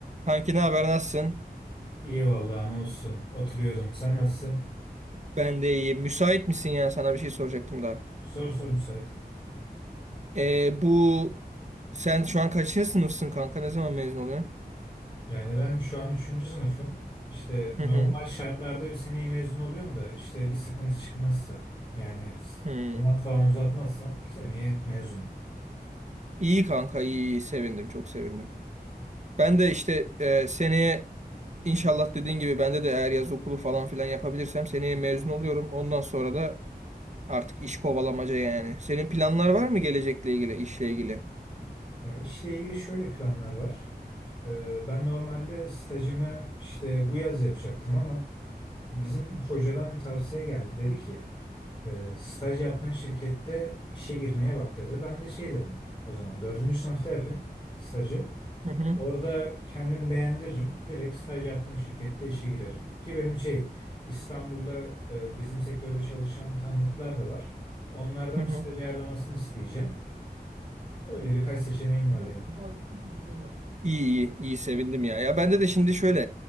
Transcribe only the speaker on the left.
İyi vallahi ne olsun. Oturuyordum. Sen nasılsın?
Zor soru müsaitim.
Yani ben şu an üçüncü sınıfım. İşte
normal
şartlarda bir seneye mezun oluyorum da işte bir sıkıntı çıkmazsa yani s-
zaman falan uzatmazsam seneye mezunum.
Ya işle ilgili şöyle planlar var. Ee, ben normalde stajımı işte bu yaz yapacaktım ama bizim hocadan bir tavsiye geldi. Dedi ki E, staj yaptığın şirkette işe girmeye bak dedi. Ben de şey dedim o zaman dördüncü sınıfta yapayım stajı.
Orada kendim beğendiririm. Direkt staj yaptığım şirkette işe girerim. Ki benim şey İstanbul'da e, bizim sektörde çalışan tanıdıklar da var. Onlardan
bir staj ayarlamasını isteyeceğim. Öyle birkaç seçeneğim var
yani.